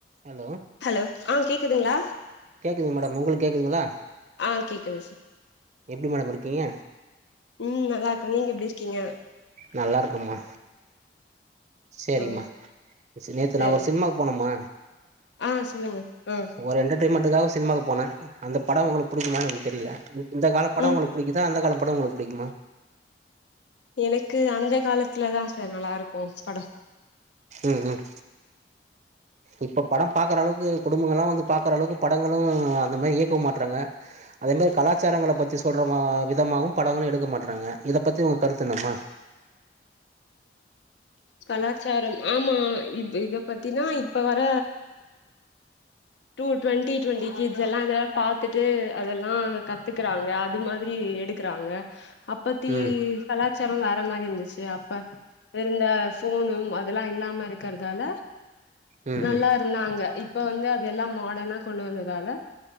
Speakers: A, on the right (about 40°); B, on the left (about 85°).
A: Hello
B: hello ஆஹ் கேக்குதுங்களா
A: கேட்குதுங் மேடம் உங்களுக்கு கேட்குதுங்களா
B: ஆ கேக்குது சார்
A: எப்டி மேடம் இருக்கீங்க
B: உம் நல்லா இருக்க நீங்க எப்படி இருக்கீங்க?
A: நல்லா இருக்கம்மா சேரிம்மா
B: ஆ
A: சே நேத்து
B: சரிங்க
A: நா ஒரு சினிமாக்கு போனமா
B: ஆ சொல்லுங்க ஆ
A: ஒரு என்டர்டெயின்மெண்ட்டுக்காக சினிமாவுக்கு போன. அந்த படோ உங்களுக்கு பிடிக்குமான்னு எனக்கு தெரியல இந்த கால படோ
B: ம்
A: உங்களுக்கு புடிக்குதா அந்த கால படோ உங்களுக்கு புடிக்குமா
B: எனக்கு அந்த காலத்துல தா சார் நல்லா இருக்கு படோ
A: ம் ம் இப்ப படம் பாக்குற அளவுக்கு குடும்பங்களெல்லா வந்து பாக்குற அளவுக்கு படங்களு அந்த மாதிரி இயக்கவு மாட்றாங்க அதே மாரி கலாச்சாரங்கள பத்தி சொல்ற மா விதமாவு படங்களு எடுக்க மாட்றாங்க இத பத்தி உங்க கருத்து என்னம்மா
B: கலாச்சாரம் ஆமா இ இத பத்தினா இப்ப வர டூ டுவெண்டி டுவெண்டி கிட்ஸ் எல்லா இதெல்லா பாத்துட்டு அதெல்லா கத்துக்கறாங்க அது மாதிரி எடுக் கிறாங்க அபத்தி
A: ம்
B: கலாச்சாரோ வேற மாரி இருந்துச்சு அப்ப இருந்த ஃபோனும் அதெல்லா இல்லாம இருக்கிறதால
A: ம்
B: நல்லா
A: ம்
B: இருந்தாங்க இப்ப வந்து அதெல்லா மாடனா கொண்டு வந்ததால